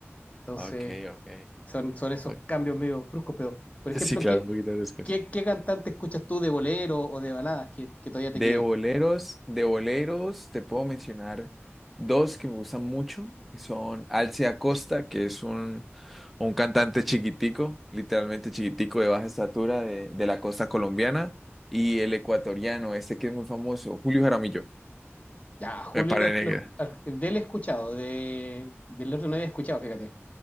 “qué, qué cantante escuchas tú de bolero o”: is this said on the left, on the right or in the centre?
Left